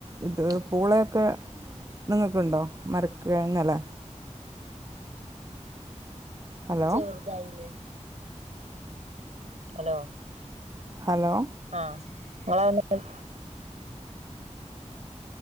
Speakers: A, on the right; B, on the right.
A: ഇത് പൂളയൊക്കെ. നിങ്ങൾക്കുണ്ടോ മര കിടങ്ങല്ലേ. ഹലോ
B: ചെറുതായില്ലേ ഹലോ
A: ഹലോ
B: ആഹ നിങ്ങൾ.